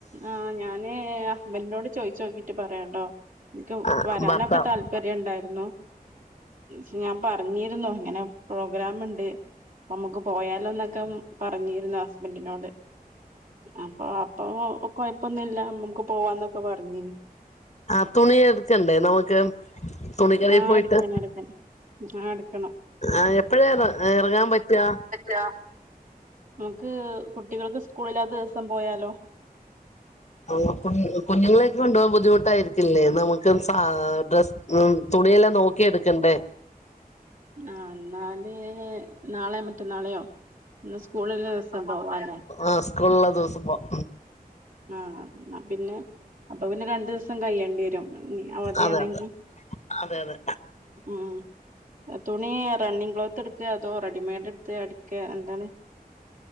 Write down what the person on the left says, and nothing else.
ആ
ഭർത്താവ്
ആഹ് തുണി എടുക്കണ്ടേ നമുക്ക് തുണിക്കടേ
പോയിട്ട്
ആഹ് എപ്പഴാ എറ എറങ്ങാൻ പറ്റാ
ആഹ് കുഞ്ഞ് കുഞ്ഞുങ്ങളെക്കെ കൊണ്ടാവാൻ ബുദ്ധിമുട്ടായിരിക്കില്ലേ നമുക്ക് സാ ഡ്രസ്സ് ഹ്മ്മ് തുണിയെല്ലാം നോക്കി എടുക്കണ്ടേ
ആഹ് സ്കൂള്ള്ള ദിവസം പോവാം
അതെ അതെ അതെ അതെ